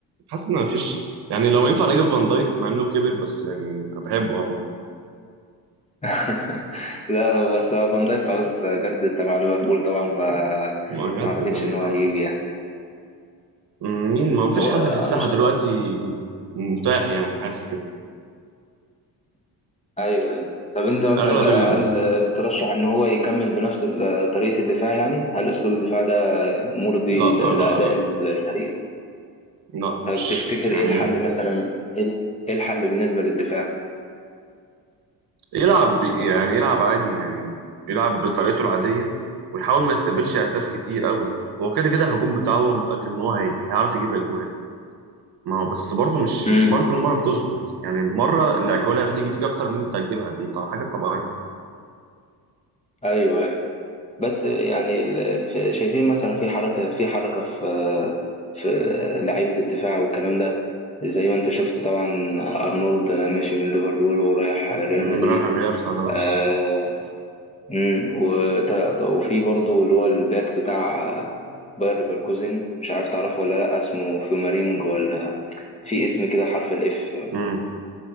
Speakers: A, on the right; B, on the left.
A: حاسس ان مفيش يعني لو ينفع اجيب فان دايك مع انه كبر بس يعني انا بحبه
B: <laughs> لا بس هو فان دايك خلاص جدد تبع ليفربول طبعا ف
A: عموما
B: ما
A: بجد
B: اعتقدش
A: ده يعني
B: ان هو
A: خلاص
B: هيجي يعني
A: مين ما فيش
B: هو
A: حد
B: آه،
A: في الساحة
B: مش
A: دلوقتي متاح يعني حاسس كده
B: ايوه أيوة. طب انت مثلا
A: أغلب
B: انت هل
A: ال
B: ترشح ان هو يكمل بنفس ال- طريقة الدفاع يعني هل اسلوب الدفاع ده مرضي
A: لا آه،
B: ل-
A: لا
B: لاداء
A: لا
B: ال- الفريق
A: لا
B: طب
A: مش
B: تفتكر
A: يعني
B: ايه الحل مثلا ايه إيه الحل بالنسبة للدفاع
A: يلعب يعني يلعب عادي يعني يلعب بطريقته العادية ويحاول ما يستقبلش أهداف كتير قوي هو كده كده الهجوم بتاعه هو متأكد إن هو هي- هيعرف يجيب أجوال ما هو بس برضه مش
B: امم
A: مش مرة كل مرة بتظبط يعني مرة الأجوال اللي هتيجي فيك أكتر من اللي أنت هتجيبها دي طبعا حاجة طبيعية يعني
B: ايوه ايوه بس يعني ال- ف- شايفين مثلا في حركة في حركة في في لعيبة الدفاع والكلام ده زي ما انت شفت طبعا أرنولد ماشي من ليفربول ورايح ريال
A: مم،
B: مدريد
A: راح الريال خلاص
B: آه مم، وت- وفي برضو اللي هو الباك بتاع باير ليفركوزن مش عارف تعرفه ولا لأ اسمه فيومارينج ولا في اسم كده حرف الإف
A: مم.